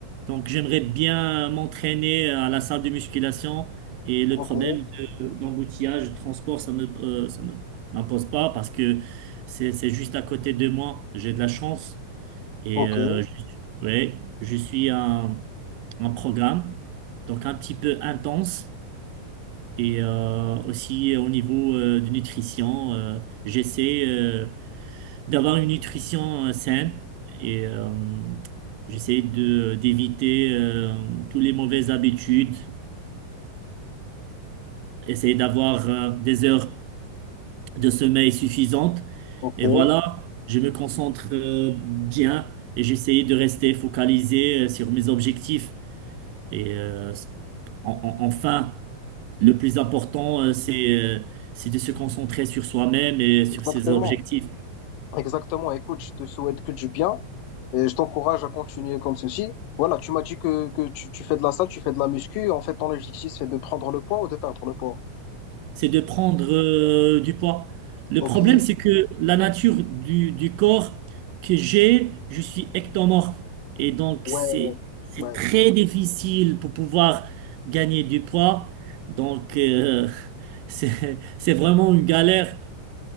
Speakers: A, on the right; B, on the left.
A: Donc, j'aimerais bien m'entraîner à la salle de musculation et le
B: ok,
A: problème de- d'embouteillage, de transport, ça me, euh, ça me m'impose pas parce que c'est, c'est juste à côté de moi. J'ai de la chance et
B: ok,
A: euh, je, ouais, je suis un, un programme donc un petit peu intense et euh, aussi au niveau euh, de nutrition, euh, j'essaie euh, d'avoir une nutrition euh, saine et euh, j'essaie de d'éviter euh, toutes les mauvaises habitudes, essayer d'avoir euh, des heures de sommeil suffisantes
B: ok,
A: et voilà, je me concentre euh, bien et j'essaie de rester focalisé euh, sur mes objectifs et euh, en- en- enfin le plus important euh, c'est euh, c'est de se concentrer sur soi-même et sur
B: exactement,
A: ses objectifs.
B: exactement. Écoute, je te souhaite que du bien et je t'encourage à continuer comme ceci. Voilà, tu m'as dit que, que tu, tu fais de la salle, tu fais de la muscu. En fait, ton objectif, c'est de prendre le poids ou de perdre le poids.
A: c'est de prendre euh, du poids. Le
B: Ok,
A: problème, c'est que la nature du, du corps que j'ai, je suis ectomorphe. Et donc,
B: ouais,
A: c'est, c'est
B: ouais.
A: très difficile pour pouvoir gagner du poids. Donc, euh, <laughs> c'est, c'est vraiment une galère.